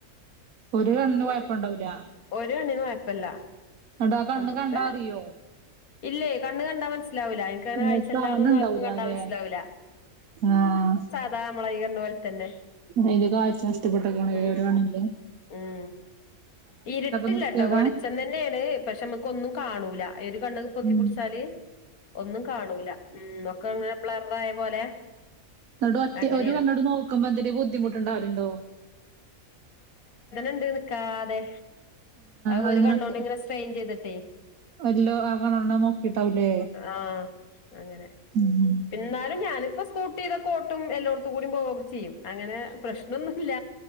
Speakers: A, on the right; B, on the left.
A: ഒരു കണ്ണിന്
B: ഒരു
A: കൊഴപ്പണ്ടാവൂലാ
B: ഒരു കണ്ണിന് കൊഴപ്പല്ല
A: ഇന്നിട്ടാ കണ്ണ്
B: നമ്മളിപ്പ
A: കണ്ടാ അറിയോ?
B: ഇല്ലേ കണ്ണ് കണ്ടാ മനസ്സിലാവൂല്ല എനിക്കങ്ങനെ
A: ഉം
B: കാഴ്ച്ചെല്ലാന്നൊന്നും
A: കാണുന്നുണ്ടാവൂല
B: ആർക്കും കണ്ടാ
A: അല്ലെ
B: മനസ്സിലാവൂല്ല
A: ആഹ്
B: അത് നമ്മളെ ഈ കണ്ണ് പോലെ തന്നെ
A: അയിൻ്റെ കാഴ്ച നഷ്ടപ്പെട്ട്ക്കാണെ
B: ഉം
A: ഒരു കണ്ണിൻ്റെ
B: ഉം ഇരുട്ടില്ല
A: നിർത്തിയതാ
B: ട്ടോ വെളിച്ചം തന്നെയാണ് പക്ഷെ നമ്മക്ക് ഒന്നും കാണൂല ഒരു കണ്ണ് പൊത്തി
A: ഉം
B: പിടിച്ചാല് ഒന്നും കാണൂല ഉം ഒക്കെ ഇങ്ങനെ ബ്ലററായ പോലെ
A: ഇന്നട്ട് ഒറ്റ
B: അങ്ങനേണ്
A: ഒരു കണ്ണോണ്ട് നോക്കുമ്പോ എന്തങ്കും ബുദ്ധിമുട്ട്ണ്ടാവലുണ്ടോ?
B: ണ്ട് നിക്കാതെ അത്
A: അതിങ്ങനെ
B: ഒരു കണ്ണോണ്ട്
A: ഒറ്റ
B: ഇങ്ങനെ സ്ട്രെയിൻ ചെയ്തിട്ടേ
A: എല്ലോ ആ കണ്ണോണ്ടെന്നെ നോക്കിട്ടാവൂലേ
B: ആഹ് അങ്ങനെ
A: ഉം
B: എന്നാലും ഞാനിപ്പ സ്കൂട്ടിയിതൊക്കെ ഓട്ടും എല്ലോടത്തും കൂടി പോവൊക്കെ ചെയ്യും. അങ്ങനെ പ്രശ്നൊന്നുല്ല